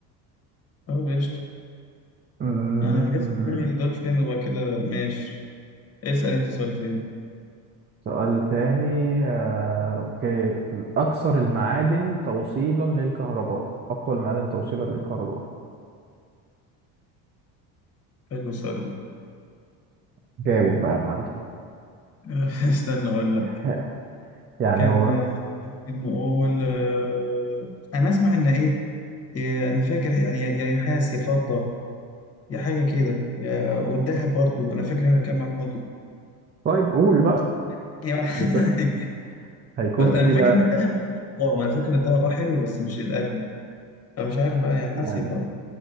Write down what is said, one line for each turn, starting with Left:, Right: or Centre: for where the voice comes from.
Left: اه بيشط
Right: طيب
Left: انا جت في دماغي الدولفين وبعد كده ماشي اسأل انت سؤال تاني
Right: سؤال تاني آه، اوكي اكثر المعادن توصيلا للكهرباء اقوى المعادن توصيلا للكهرباء
Left: حلو السؤال ده
Right: جاوب بقى يا معلم
Left: <laughs> استنى اقول
Right: <laughs>
Left: لك
Right: يعني
Left: كان
Right: هو
Left: آه، ممكن نقول آه، انا اسمع ان ايه يا- انا فاكر يعني يا يا نحاس يا فضة يا حاجة كده يا والذهب برضو انا فاكر انا كام معلومة دول
Right: طيب قول بقى
Left: يعني يعني واحد-
Right: هيكون هيكون
Left: <laughs> انا
Right: ايه
Left: فاكر
Right: بقى
Left: ان الذهب لا مش طعم انا فاكر ان الذهب اه حلو بس مش الاجمل فمش عارف بقى يا نحاس
Right: يعني
Left: يا فضة